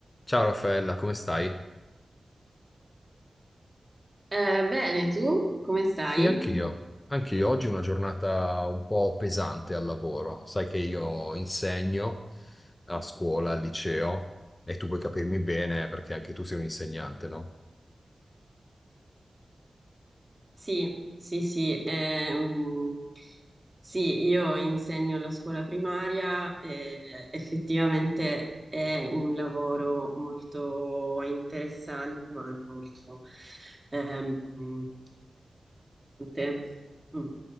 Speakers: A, on the left; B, on the right.
A: Ciao Raffaella, come stai?
B: Eh, bene, tu come stai?
A: Sì, anch'io. Anch'io oggi è una giornata un po' pesante al lavoro. Sai che io insegno a scuola, al liceo, e tu puoi capirmi bene perché anche tu sei un insegnante, no?
B: Sì, sì, sì, ehm, sì, io insegno alla scuola primaria e effettivamente è un lavoro molto interessante, ma anche molto ehm, pesante. Mm.